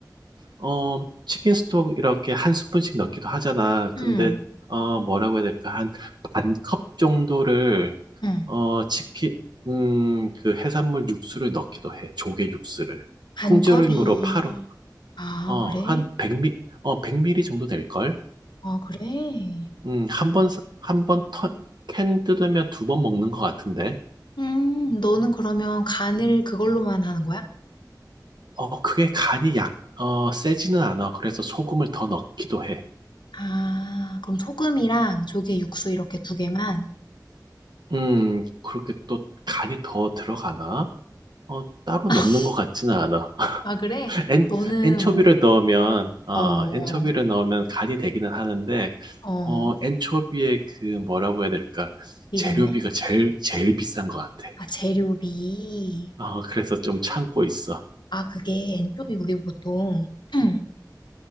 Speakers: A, on the right; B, on the left.
A: 어, 치킨 스톡 이렇게 한 스푼씩 넣기도 하잖아.
B: 응,
A: 근데, 어, 뭐라고 해야 될까? 한 반컵 정도를,
B: 응.
A: 어, 치킨, 음, 그 해산물 육수를 넣기도 해. 조개 육수를.
B: 반
A: 통조림으로
B: 컵이
A: 팔어.
B: 아
A: 어,
B: 그래.
A: 한 100ml, 어, 백 밀리리터 정도 될걸?
B: 아 그래.
A: 음, 한 번, 한 번 캔 뜯으면 두 번 먹는 것 같은데.
B: 음 너는 그러면 간을 그걸로만 하는 거야?
A: 어, 그게 간이 약, 어, 세지는 않아. 그래서 소금을 더 넣기도 해.
B: 아 그럼 소금이랑 조개 육수 이렇게 두 개만?
A: 음, 그렇게 또 간이 더 들어가나? 어, 따로
B: <laughs>
A: 넣는 것 같지는 않아. <laughs>
B: 아 그래?
A: 엔,
B: 너는
A: 엔초비를
B: 뭐
A: 넣으면, 어,
B: 어어
A: 엔초비를 넣으면 간이 되기는 하는데,
B: 어. 어,
A: 어, 엔초비의 그 뭐라고 해야 될까?
B: 일
A: 재료비가
B: 있네?
A: 제일, 제일 비싼 것 같아.
B: 아 재료비.
A: 어, 그래서 좀 참고 있어.
B: 아 그게 엔초비 우리 보통 <clears throat>